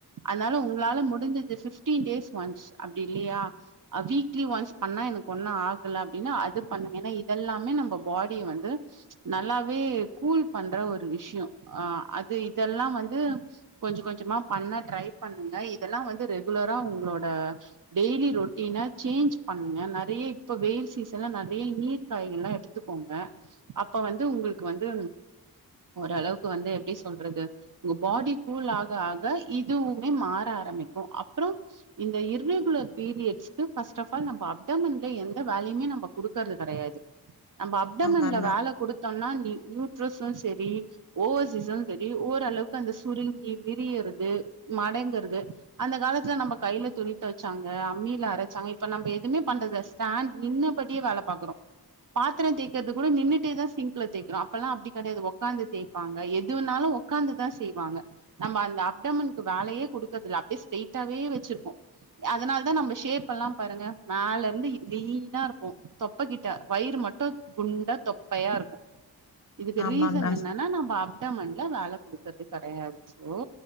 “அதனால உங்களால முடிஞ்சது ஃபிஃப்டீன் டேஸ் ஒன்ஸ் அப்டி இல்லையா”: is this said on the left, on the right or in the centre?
Right